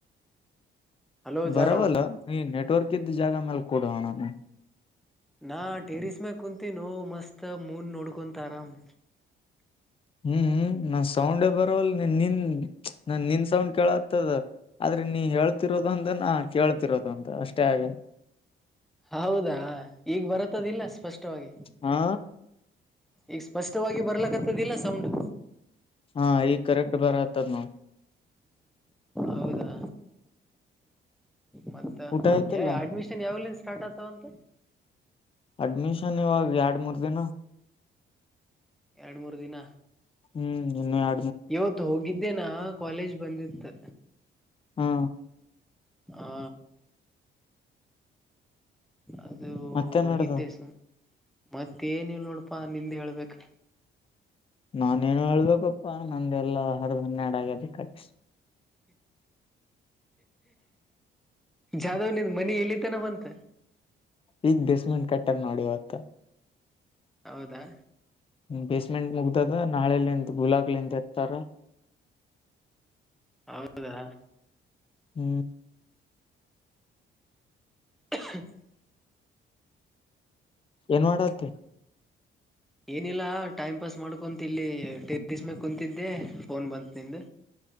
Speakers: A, in the centre; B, on the left (about 30°).
A: ಹಲೋ
B: ಬರವಲ್ಲ
A: ಜಾಧವ್
B: ಈ ನೆಟ್ವರ್ಕ್ ಇದ್ದ ಜಾಗ ಮ್ಯಾಲ ಕೊಡೋಣ ನೀ.
A: ನಾ ಟೆರಿಸ್ ಮ್ಯಾಗ ಕುಂತೀನೋ ಮಸ್ತ್ ಮೂನ್ ನೋಡ್ಕೊಂತ ಆರಾಮ್.
B: ಹ್ಮ್ ನಾನ್ ಸೌಂಡೆ ಬರಲ್ಲ ನಿನ್ ನಿಂದ. ಹ್ಮ ನ ನಿನ್ ಸೌಂಡ ಕೇಳತ್ತದ ಆದ್ರೆ ನೀ ಹೇಳ್ತಿರೋ. ಒಂದ ನಾ ಕೇಳ್ತಿರೋದು ಅಂತ ಅಷ್ಟೇ ಹಾಗೆ.
A: ಹೌದಾ ಈಗ್ ಬರತ್ತದಿಲ್ಲ ಸ್ಪಷ್ಟವಾಗಿ.
B: ಹಾ
A: ಈಗ ಸ್ಪಷ್ಟವಾಗಿ ಬರ್ಲಕ್ಕತದಿಲ್ಲ ಸೌಂಡ್.
B: ಹಾ ಈಗ ಕರೆಕ್ಟ್ ಬರಾತದ ನೋಡ್.
A: ಹೌದಾ ಮತ್ತ
B: ಊಟ ಆಯ್ತಿಲ್ಲ
A: ಅಡ್ಮಿಷನ್ ಯಾವಲಿಂದ ಸ್ಟಾರ್ಟ್ ಆತಾವಂತ.
B: ಅಡ್ಮಿಷನ್ ಇವಾಗ ಎರಡು ಮೂರ್ ದಿನ.
A: ಎರಡು ಮೂರು ದಿನ.
B: ಹ್ಮ್ ಇನ್ನು ಆ.
A: ಇವತ್ತು ಹೋಗಿದ್ದೇನಾ ಕಾಲೇಜ್ ಬಂದಿತ್ತು.
B: ಹಾ
A: ಹಾ. ಅದು
B: ಮತ್ತೆ
A: ಹೋಗಿದ್ದೆ
B: ನಡ್ದ
A: ಸ. ಮತ್ತೇನಿಲ್ಲ ನೋಡಪಾ ನಿಂದ ಹೇಳ್ಬೇಕ.
B: ನಾನೇನು ಹೇಳ್ಬೇಕಪ್ಪಾ ನಂದ್ದ ಎಲ್ಲ ಹರದ ಹನ್ನೆರಡು ಆಗೇತಿ ಕಟ್ಟ.
A: ಜಾಧವ್ನಿಂದ ಮನ ಎಲ್ಲಿ. ತನ ಬಂತ.
B: ಈಗ್ ಬೇಸಮಂಟ್ ಕಟ್ಟರ್ ಮಾಡತ್ತ.
A: ಹೌದಾ
B: ಬೇಸ್ಮೆಂಟ್ ಮುಗ್ದದ ನಾಳೆಲಿಂತ ಗುಲಾಕ್ಲಿಂತ ಇರ್ತಾರ.
A: ಹೌದಾ.
B: ಹ್ಮ್.
A: <unintelligible>
B: ಏನ್ ಮಾಡತಿ.
A: ಏನಿಲ್ಲಾ ಟೈಮ್ ಪಾಸ್ ಮಾಡ್ಕೊಂತ ಇಲ್ಲಿ ಟೆರಸ ಮೇಲೆ ಕುಂತಿದ್ದೆ. ಫೋನ್ ಬಂತ ನಿಂದ.